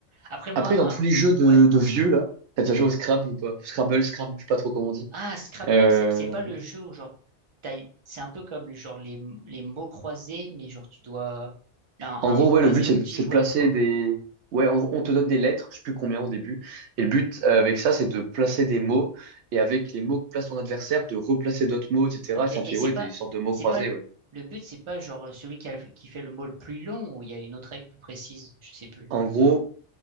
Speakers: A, on the right; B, on the right.
A: Après, moi,
B: Après, dans
A: un,
B: tous les jeux de,
A: ouais.
B: de vieux, là, t'as déjà joué au Scrabble ou pas? Scrabble, Scrabble, je sais pas trop comment on dit.
A: Ah, Scrap,
B: Euh,
A: c'est c'est pas le jeu où genre t'as- une- c'est un peu comme genre les, les mots croisés, mais genre tu dois un, un
B: En gros,
A: mot croisé
B: ouais, le but, c'est
A: multijoueur
B: de c'est de placer
A: quoi.
B: des... Ouais, on, on te donne des lettres, je sais plus combien au début. Et le but euh, avec ça, c'est de placer des mots. Et avec les mots que place ton adversaire, de replacer d'autres mots, etc.
A: Ok.
B: Et ça
A: Et
B: fait,
A: c'est
B: ouais,
A: pas
B: des sortes de mots
A: c'est
B: croisés,
A: pas le,
B: ouais.
A: le but, c'est pas genre celui qui a- qui fait le mot le plus long ou il y a une autre règle plus précise, je sais plus.
B: En gros,